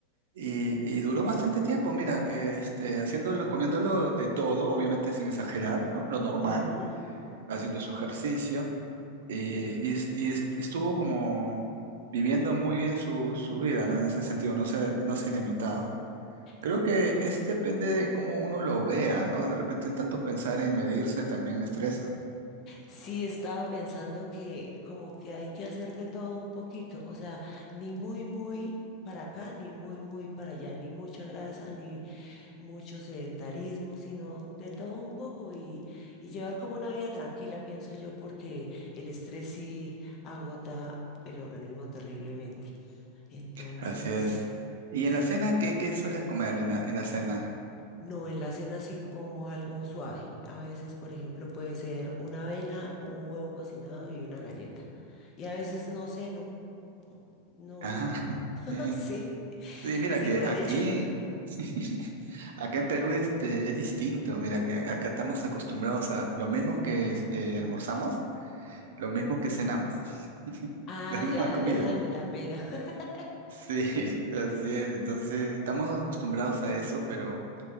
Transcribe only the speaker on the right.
Y, y duró bastante tiempo, mira, que este, haciéndolo, comiéndolo de todo, obviamente sin exagerar, ¿no? Lo normal,
haciendo su ejercicio eh, y, es- y es- estuvo como viviendo muy bien su, su vida, ¿no? En ese sentido, no se, no se limitaba. Creo
que es depende de cómo uno lo vea, ¿no? De repente tanto pensar en medirse también estresa.
Así es. ¿Y
en la cena qué, qué sueles comer en la, en la cena?
Ajá,
<laughs> sí.
Sí, mira
que
aquí, <laughs> acá en Perú este, es distinto. Mira que acá estamos acostumbrados a lo mismo que eh, almorzamos, lo mismo que cenamos, <laughs>
la misma
comida.
Sí, <laughs> así es. Entonces, estamos acostumbrados a eso, pero